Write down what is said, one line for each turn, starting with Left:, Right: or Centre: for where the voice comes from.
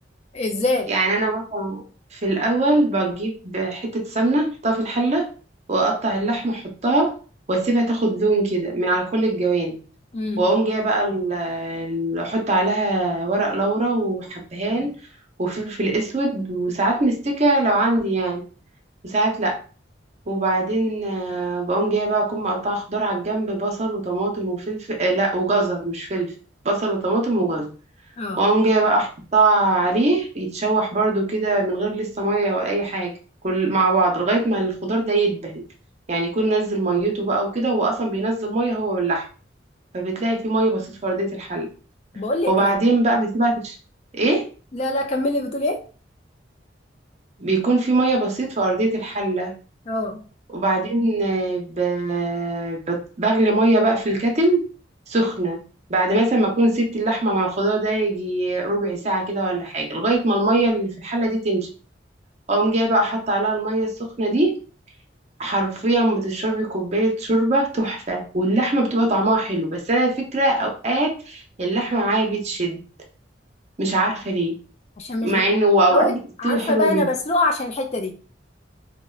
Left: ازاي
Right: يعني انا مثلا في الاول بجيب حته سمنه احطها في الحله واقطع اللحمه احطها واسيبها تاخد لون كده من على كل الجوانب
Left: امم
Right: واقوم جايه بقى ال- ال- احط عليها ورق لورا وحبهان وفلفل اسود وساعات مستكه لو عندي يعني وساعات لا وبعدين آه، بقوم جايه بقى اكون مقطعه خضار على الجنب بصل وطماطم وفلفل آه، لا وجزر مش فلفل بصل وطماطم وجزر
Left: اه
Right: واقوم جايه بقى احطها عليه يتشوح برضو كده من غير لسه ميه ولا اي حاجه كل مع بعض لغايه ما الخضار ده يدبل يعني يكون نزل ميته بقى وكده هو اصلا بينزل ميه هو واللحم فبتلاقي فيه ميه بسيط في ارضيه الحل
Left: بقول لك
Right: وبعدين
Left: ايه
Right: بقى بسيبها تش... ايه
Left: لا لا كملي بتقول ايه
Right: بيكون في ميه بسيط في ارضيه الحل
Left: اه
Right: وبعدين آه، ب- بت- بغلي ميه بقى في الكتل سخنه بعد مثلا ما اكون سبت اللحمه مع الخضار ده يجي ربع ساعه كده ولا حاجه لغايه ما الميه اللي في الحله دي تنشف اقوم جايه بقى حاطه عليها الميه السخنه دي حرفيا بتشربي كوبايه شوربه تحفه واللحمه بتبقى طعمها حلو بس انا فكره اوقات اللحمه معايا بتشد مش عارفه ليه
Left: عشان مش
Right: مع
Left: بتفوت
Right: انه واوقات بتستوي
Left: عارفه
Right: حلوه
Left: بقى
Right: جدا
Left: انا بسلقها عشان الحته دي